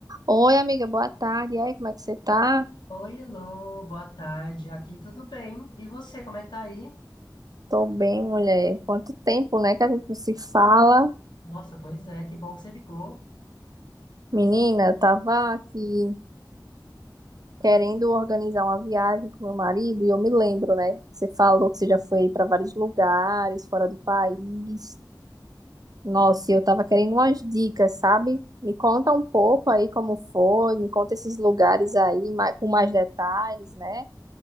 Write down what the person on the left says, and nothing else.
Oi, Elô, boa tarde. Aqui tudo bem? E você, como é que tá aí?
Nossa, pois é, que bom que você ligou.